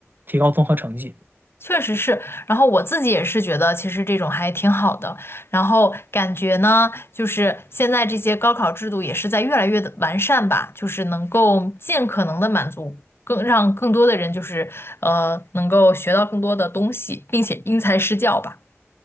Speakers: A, on the right; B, on the left.
A: 提高综合成绩。
B: 确实是，然后我自己也是觉得，其实这种还挺好的。然后感觉呢，就是现在这些高考制度也是在越来越的完善吧，就是能够尽可能的满足更让更多的人，就是呃能够学到更多的东西，并且因材施教吧。